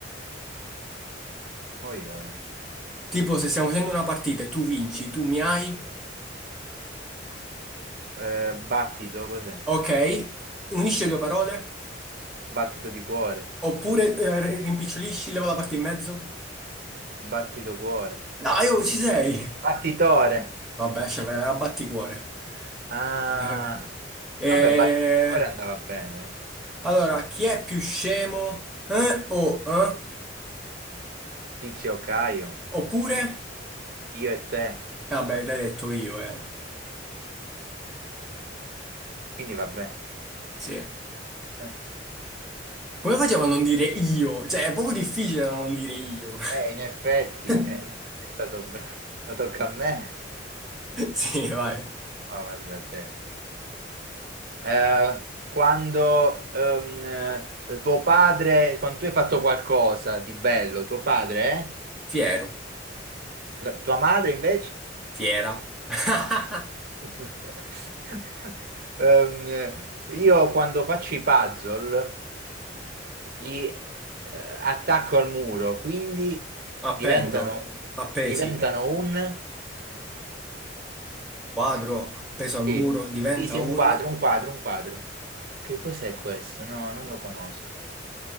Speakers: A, on the right (about 55°); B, in the centre.
A: Oi, oi.
B: tipo, se stiamo facendo una partita e tu vinci, tu mi hai,
A: Eh, battito, cos'è?
B: ok, unisci le due parole.
A: Battito di cuore.
B: Oppure eh, ri- rimpicciolisci, leva la parte in mezzo.
A: Battito cuore.
B: Dai, oh, ci sei!
A: Battitore.
B: Vabbè, cioè, vai, abbatticuore.
A: Ah.
B: Eh, vabbè. Eh,
A: Vabbè, battito di cuore andava bene.
B: allora, chi è più scemo? Eh, o eh?
A: Tizio Caio.
B: Oppure,
A: Io e te.
B: vabbè, l'hai detto io, era.
A: Quindi vabbè.
B: Sì.
A: Eh,
B: Come facciamo a non dire io? Cioè, è proprio difficile da non dire io.
A: eh, in effetti,
B: <laughs>
A: eh, è stato bravo. Ma tocca a me.
B: Sì, vai.
A: Ma guarda te. eh, quando ehm, eh, tuo padre, quando tu hai fatto qualcosa di bello, tuo padre, eh?
B: Fiero,
A: La- tua madre invece?
B: fiera. <laughs>
A: <laughs> Ehm, io quando faccio i puzzle li eh, attacco al muro, quindi
B: Appendo,
A: diventano,
B: appesi,
A: diventano un...
B: quadro, appeso al
A: Sì,
B: muro, diventa
A: sì, sì,
B: un...
A: un quadro, un quadro, un quadro. Che cos'è questo? No, non lo conosco.